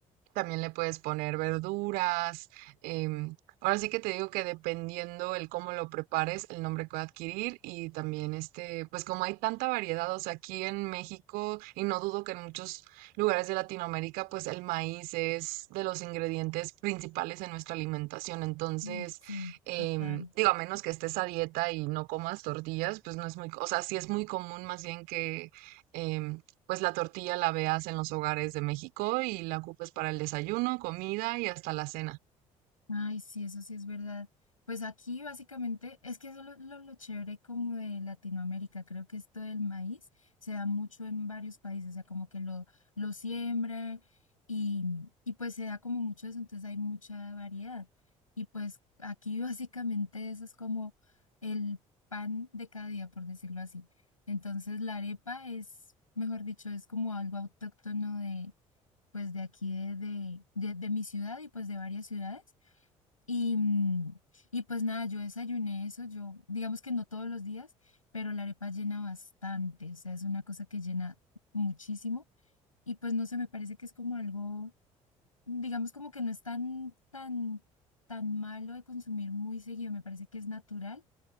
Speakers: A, on the right (about 60°); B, on the left (about 85°).
A: también le puedes poner verduras. em, ahora sí que te digo que dependiendo el cómo lo prepares, el nombre que va a adquirir y también este, pues como hay tanta variedad, o sea, aquí en México y no dudo que en muchos lugares de Latinoamérica, pues el maíz es de los ingredientes principales en nuestra alimentación. Entonces,
B: Mm, Sí,
A: em,
B: total.
A: digo, a menos que estés a dieta y no comas tortillas, pues no es muy, co- o sea, sí es muy común más bien que... em, pues la tortilla la veas en los hogares de México y la ocupes para el desayuno, comida y hasta la cena.
B: Ay, sí, eso sí es verdad. Pues aquí básicamente es que eso es lo, lo, lo chévere como de Latinoamérica. Creo que esto del maíz se da mucho en varios países, o sea, como que lo, lo siembra y, y pues se da como mucho eso, entonces hay mucha variedad. Y pues aquí <laughs> básicamente eso es como el pan de cada día, por decirlo así. Entonces la arepa es, mejor dicho, es como algo autóctono pues de aquí de, de, de- de mi ciudad y pues de varias ciudades. Y, mm, y pues nada, yo desayuné eso, yo digamos que no todos los días, pero la arepa llena bastante, o sea, es una cosa que llena muchísimo. Y pues no sé, me parece que es como algo, digamos como que no es tan, tan, tan malo de consumir muy seguido, me parece que es natural.